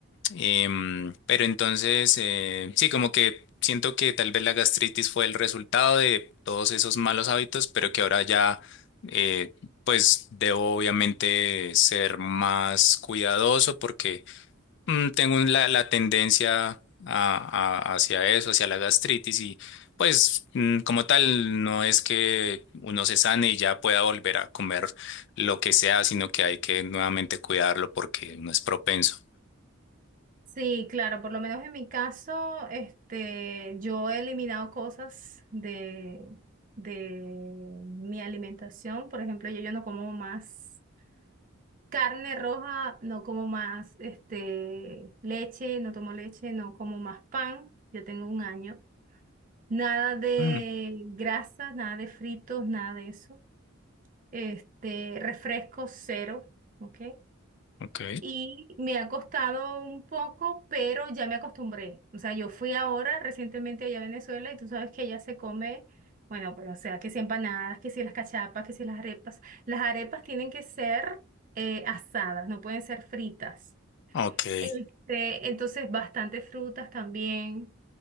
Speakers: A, on the left; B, on the right.
A: Em, pero entonces, eh, sí, como que siento que tal vez la gastritis fue el resultado de todos esos malos hábitos, pero que ahora ya, eh, pues debo obviamente ser más cuidadoso porque Mm, Tengo un- la, la tendencia a- a- hacia eso, hacia la gastritis y pues mm, como tal no es que uno se sane y ya pueda volver a comer lo que sea, sino que hay que nuevamente cuidarlo porque uno es propenso.
B: Sí, claro, por lo menos en mi caso, este, yo he eliminado cosas de, de mi alimentación. Por ejemplo, yo, yo no como más. Carne roja, no como más, este, leche, no tomo leche, no como más pan, ya tengo un año. Nada de
A: Mm,
B: grasas, nada de fritos, nada de eso. Este, refresco cero, ¿ok?
A: ok,
B: Y me ha costado un poco, pero ya me acostumbré. O sea, yo fui ahora recientemente allá a Venezuela y tú sabes que allá se come, bueno, pues, o sea, que si empanadas, que si las cachapas, que si las arepas. Las arepas tienen que ser eh, asadas, no pueden ser fritas.
A: ok.
B: Este, entonces, bastante frutas también,